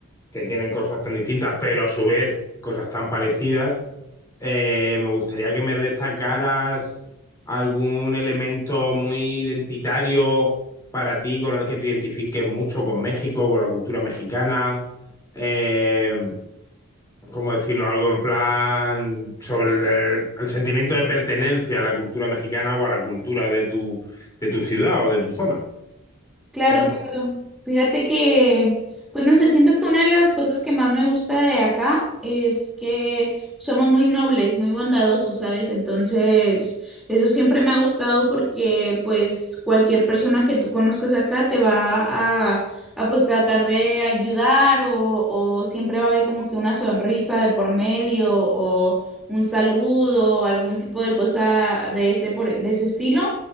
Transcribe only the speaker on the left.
que tienen cosas tan distintas, pero a su vez cosas tan parecidas, eh, me gustaría que me destacaras algún elemento muy identitario para ti con el que te identifiques mucho con México, con la cultura mexicana. Eh, ¿cómo decirlo? Algo en plan sobre el, el sentimiento de pertenencia a la cultura mexicana o a la cultura de tu, de tu ciudad o de tu zona.
¿Qué me pu-